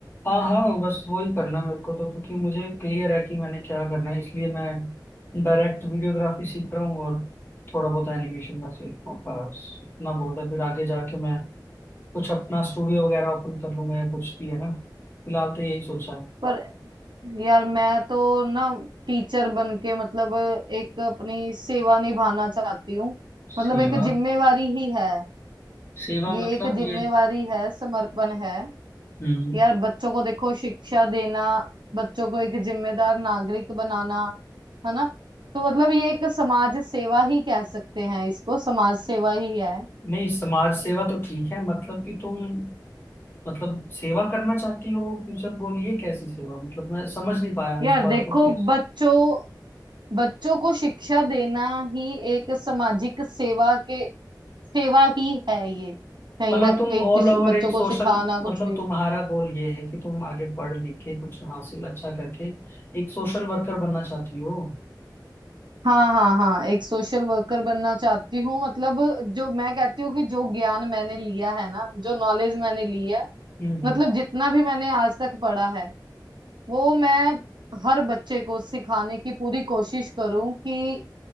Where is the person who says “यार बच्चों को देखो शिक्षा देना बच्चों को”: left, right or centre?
Right